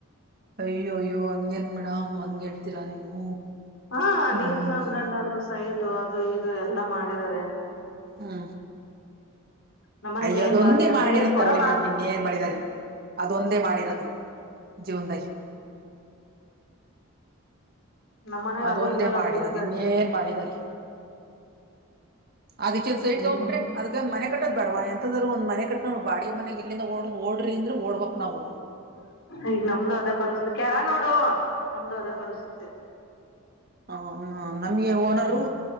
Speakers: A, on the right; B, on the left.
A: ಅಯ್ಯೋ ಅಯ್ಯ ಹಂಗೇನ್ ಮೆಡಂ ಹಂಗ ಹಳ್ತೀರಾ ನೀವು
B: ಹಾ
A: ಹ್ಮ್
B: ನಿಮ್ಗೆ ಅಂಗಂಡಾದ್ರು ಸೈಟು ಅದು ಇದು ಎಲ್ಲಾ ಮಾಡಿದಿದ್ದಾರೆ
A: ಹಾ
B: ನಮ್ಮನೆಗ್
A: ಅಯ್ಯ
B: ಏನ್
A: ಅದೊಂದೇ
B: ಮಾಡಿದಾರ
A: ಮಾಡಿರತ್ತಗೋಳಿ
B: ಏ ಕೊಡಮ್ಮ
A: ಮೇಡಮ್ ಇನ್ನೇನ್ ಮಾಡಿದಿದ್ದಾರೆ ಅದೊಂದೇ ಮಾಡಿರೋದು. ಜೀವನದಾಗಿ
B: ನಮ್ ಮನೆಗ್
A: ಅದೊಂದೇ
B: ಅದು ಇಲ್ವಲ್ಲ
A: ಮಾಡಿರೋದು
B: ಜೀವನ್ದಾಗ
A: ಇನ್ನೇನ್ ಮಾಡಿದಾರೆ? ಅದಕ್ಕೇಏನ್ ಸೈಟ್
B: ಹ್ಮ್
A: ತಗೊ್ಬ ಬಿಟ್ರಿ ಅದಕ್ಕ ಒಂದ ಮನೆ ಕೋದ್ ಬೇಡವ ಎಂತ ದ ಒಂದ್ ಮನೆ ಕಕೊಂಡ ಬಾಡ ಮನೆಗ್ ಇಲ್ಲಿಂದ ಓಡ್ ಓಡ್ರ ಅಂದ್ರ ಓಡ್ಬೇಕಕ್ ನಾವು.
B: ಈಗ ನಮ್ದು ಅದೇ ಪರಿಸ್ಥಿತಿ ಕೆಳ ನೋಡು ನಮ್ದು ಅದೇ ಪರಿಸ್ಥಿತಿ
A: ಹ ನಮ್ಗೆ
B: ಹ್ಮ್
A: ಓನರು